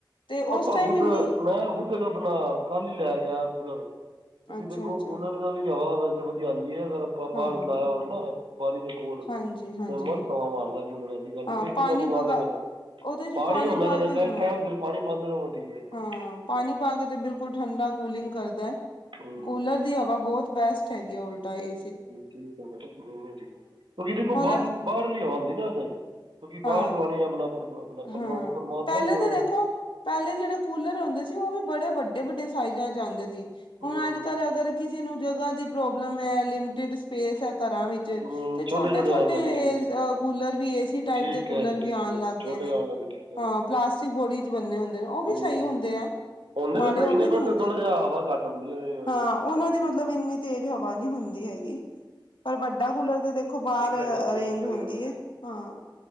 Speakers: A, on the left; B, on the right.
A: ਤੇ
B: ਆਪਾਂ
A: ਉਸ ਟਾਈਮ
B: ਖੁਦ
A: ਇਨੀ
B: ਮੈਂ ਖੁਦ ਇੱਕ ਆਪਣਾ ਕੱਲ ਹੀ ਲੈ ਗਿਆ ਕੂਲਰ ਕਿਉਂਕਿ
A: ਅੱਛਾ
B: ਦੇਖੋ
A: ਅੱਛਾ
B: ਕੂਲਰ ਦਾ ਵੀ ਹਵਾ ਵੈਸੇ ਵਧੀਆ ਅਗਰ ਆਪਾਂ ਬਾਹਰ
A: ਹਾਂ
B: ਲਾਇਆ ਹੋਵੇ ਨਾ, ਬਾਰੀ ਦੇ ਕੋਲ
A: ਹਾਂਜੀ ਹਾਂਜੀ
B: ਤੇ ਮਸਤ ਹਵਾ ਮਾਰਦਾ ਕੂਲਰ, ਐਸੀ ਗੱਲ
A: ਹਾਂ
B: ਨਹੀ ਐ, ਏ
A: ਪਾਣੀ
B: ਸੀ ਦਾ ਮੁਕਾਬਲੇ
A: ਬਗਾ
B: ਈ ਕਰਦਾ।
A: ਉਹਦੇ ਚ ਪਾਣੀ
B: ਹੁੰਦਾ
A: ਪਾ
B: ਰਹਿਣਾ
A: ਕੇ
B: ਚਾਹੇ
A: ਹਾਂ,
B: ਟਾਈਮ ਸਿਰ ਪਾਣੀ ਪਾਉਂਦੇ ਰਹੋ ਠੀਕ ਰਹੇਗਾ
A: ਹਾਂ ਪਾਣੀ ਪਾ ਕੇ ਤੇ ਬਿਲਕੁਲ ਠੰਡਾ ਕੂਲਿੰਗ ਕਰਦਾ,
B: ਹੂੰ
A: ਕੂਲਰ ਦੀ ਹਵਾ ਬਹੁਤ ਬੈਸਟ ਹੈਗੀ ਆ ਉਲਟਾ ਏ ਸੀ
B: ਠੀਕ ਹੈ ਮ ਠੀਕ, ਕਿਉਂਕਿ ਦੇਖੋ
A: ਹੁਣ
B: ਬਾਹਰਲੀ ਬਾਹਰਲੀ ਹਵਾਂ ਆਂਦੀ ਹੈ ਨਾ ਕਿਉਂਕਿ
A: ਹਾਂ
B: ਬਾਹਰ ਤੋਂ ਆਣੀ ਆਪਣਾ ਪਰ- ਆਪਣਾ ਪਰਮਾ-
A: ਹਾਂ,
B: ਪਰਮਾਤਮਾ
A: ਪਹਿਲੇ
B: ਦੀ
A: ਤਾਂ
B: ਹਵਾ
A: ਦੇਖੋ ਪਹਿਲੇ ਜਿਹੜੇ ਕੂਲਰ ਹੁੰਦੇ ਸੀ ਉਹ ਵੀ ਬੜੇ ਵੱਡੇ ਵੱਡੇ ਸਾਈਜ਼ਾਂ ਚ ਆਂਦੇ ਸੀ,
B: ਹੂੰ
A: ਹੁਣ ਅੱਜ ਕੱਲ੍ਹ ਅਗਰ ਕਿਸੇ ਨੂੰ ਜਗਹ ਦੀ ਪ੍ਰੋਬਲਮ ਹੈ, ਲਿਮਿਟਡ ਸਪੇਸ ਹੈ। ਘਰਾਂ ਵਿੱਚ
B: ਹੂੰ
A: ਤੇ ਛੋਟੇ ਛੋਟੇ
B: ਆਉਣ ਲੱਗੇ ਠੀਕ ਠੀਕ ਹੈ
A: ਕੂਲਰ ਵੀ, ਏ ਸੀ ਟਾਈਪ
B: ਠੀਕ
A: ਦੇ ਕੂਲਰ
B: ਕਹਿ ਰਹੇ
A: ਵੀ
B: ਠੀਕ
A: ਆ‌ਨ
B: ਕਹਿ ਰਹੇ
A: ਲੱਗ
B: ਛੋਟੇ
A: ਗਏ ਨੇ
B: ਆਉਣ ਲੱਗੇ ਠੀਕ ਕਹਿ
A: ਹਾਂ, ਪਲਾਸਟਿਕ ਬੋਡੀ ਚ ਬੰਨੇ ਹੁੰਦੇ ਨੇ, ਉਹ
B: ਰਹੇ
A: ਵੀ ਸਹੀ
B: ਹੂੰ
A: ਹੁੰਦੇ ਆ।
B: ਉਹਨੇ
A: ਮਾੜੇ
B: ਤਾਂ ਸਹੀ
A: ਉਹ
B: ਨੇ
A: ਵੀ ਨੀ
B: ਬਟ
A: ਹੁੰਦੇ,
B: ਥੋੜਾ ਜਿਹਾ ਹਵਾ ਘੱਟ ਹੁੰਦੀ ਹੈ ਇਹ ਹੋਰ
A: ਹਾਂ
B: ਕੀ ਗੱਲ
A: ਉਹਨਾਂ ਦੀ ਮਤਲਬ ਇੰਨੀ ਤੇਜ਼ ਹਵਾ ਨੀ ਹੁੰਦੀ।
B: ਹੈ। ਹੂੰ
A: ਹੈਗੀ, ਪਰ ਵੱਡਾ ਕੂਲਰ ਤੇ ਦੇਖੋ ਬਾਹਰ
B: ਠੀਕ ਕਹਿੰਦੇ ਹੋ
A: ਅਰੇਂਜ
B: ਬਿਲਕੁਲ ਸਹੀ
A: ਹੁੰਦੀ
B: ਗੱਲ
A: ਹੈ, ਹਾਂ।